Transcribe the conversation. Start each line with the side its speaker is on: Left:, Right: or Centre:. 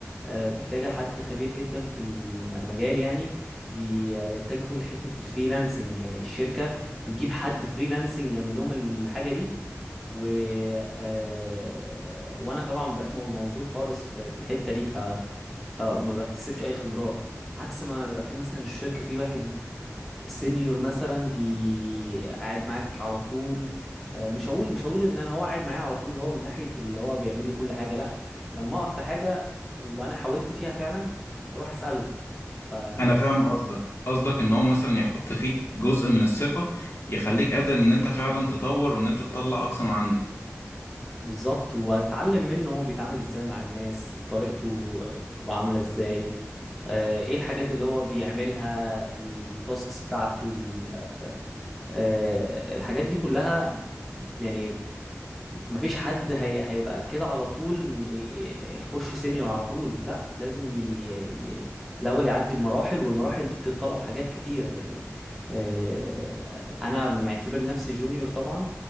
Centre: آه، محتاجة حد خبير جدا في المجال يعني بيتجهوا لحتة الفريلانسنج يعني الشركة بتجيب حد فريلانسنج يعمل لهم الحاجة دي و آه، وانا طبعا مبقاش مو- موجود خالص في في الحتة دي ف فما بكتسبش اي خبرات عكس ما يبقى في مثلا الشركة في واحد سينيور مثلا بي قاعد معاك على طول آه، مش هقول مش هقول ان انا هو قاعد معايا على طول اللي هو من ناحيه اللي هو بيعمل لي كل حاجه لا لما اقف في حاجه وانا حاولت فيها فعلا اروح اساله ف مم.
Left: انا فاهم قصدك قصدك ان هو مثلا يحط فيك جزء من الثقة يخليك قادر ان انت فعلا تطور وان انت تطلع اقصى ما عندك
Centre: بالظبط واتعلم منه هو بيتعامل ازاي مع الناس طريقته بتبقى عامله ازاي آه، ايه الحاجات اللي هو بيعملها التاسكس بتاعته ال- آه، الحاجات دي كلها يعني مفيش حد هي... هيبقى كده على طول ي- يخش سينيور على طول لا لازم ي... ي... الاول يعدي بمراحل والمراحل دي بتتطلب حاجات كتيره يعني آه، انا معتبر نفسي جونيور طبعا